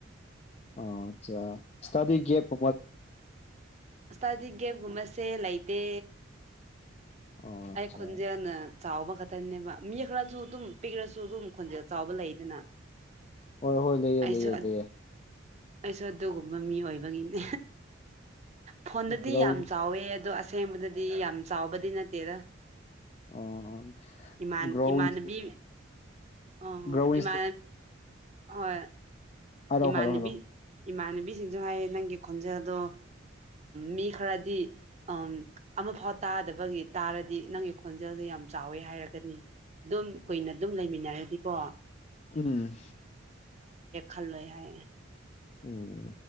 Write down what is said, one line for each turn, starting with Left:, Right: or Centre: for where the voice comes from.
Left: ꯑꯣ ꯑꯆꯥ ꯁꯇꯥꯗꯤꯒꯦꯞꯣ
Right: ꯑ ꯇꯗꯤꯒꯦꯕ ꯨꯃꯁꯦ ꯂꯩꯥꯏꯇ
Left: ꯑꯣ ꯑꯠꯆꯥ
Right: ꯑꯥꯏ ꯈꯣꯟꯖꯦꯅ ꯆꯥꯎꯕ ꯈꯛꯇꯅꯦꯕ ꯌꯦꯛꯈ꯭ꯔꯁꯨ ꯑꯗꯨꯝ ꯄꯤꯛꯂꯁꯨ ꯑꯗꯨꯝ ꯈꯣꯟꯖꯦꯜ ꯆꯥꯎꯕ ꯂꯩꯗꯅ
Left: ꯍꯣꯏ ꯍꯣꯏ ꯂꯩꯑ
Right: ꯑꯩꯁꯨ
Left: ꯂꯩꯑ ꯂꯩꯑ
Right: ꯑꯩꯁꯨ ꯑꯗꯨꯒꯨꯝꯕ ꯃꯤ ꯑꯣꯏꯕꯒꯤꯅꯦ ꯐꯣꯟꯗꯗꯤ
Left: ꯒ꯭ꯔꯥꯎꯟ
Right: ꯌꯥꯝ ꯆꯥꯎꯋꯦ ꯑꯗꯣ ꯑꯁꯦꯡꯕꯗꯗꯤ ꯌꯥꯝ ꯆꯥꯎꯕꯗꯤ ꯅꯠꯇꯦꯔ
Left: ꯑꯣ
Right: ꯏꯃꯥꯟ
Left: ꯒ꯭ꯔꯣꯋꯤꯡ
Right: ꯏꯃꯥꯟꯕꯤ ꯑꯣ
Left: ꯒ꯭ꯔꯣꯋꯤꯡ
Right: ꯏꯃ ꯍꯣꯏ
Left: ꯍꯔꯣ
Right: ꯏꯃꯥꯟꯅꯕꯤ
Left: ꯍꯥꯏꯔꯣ ꯍꯥꯏꯔꯣ
Right: ꯏꯃꯥꯟꯅꯕꯤꯁꯤꯡꯁꯨ ꯍꯥꯏꯌꯦ ꯅꯪꯒꯤ ꯈꯣꯟꯖꯦꯜꯗꯣ ꯃꯤ ꯈꯔꯗꯤ ꯑ ꯑꯃꯐꯥꯎ ꯇꯥꯗꯕꯒꯤ ꯇꯥꯔꯗꯤ ꯅꯪꯒꯤ ꯈꯣꯟꯖꯦꯜꯁꯦ ꯌꯥꯝ ꯆꯥꯎꯋꯦ ꯍꯥꯏꯔꯒꯅꯤ ꯑꯗꯨꯝ ꯀꯨꯏꯅ ꯑꯗꯨꯝ ꯂꯩꯃꯤꯟꯅꯔꯗꯤꯀꯣ
Left: ꯎꯝ
Right: ꯐꯜꯂꯣꯏ ꯍꯥꯏ
Left: ꯎꯝ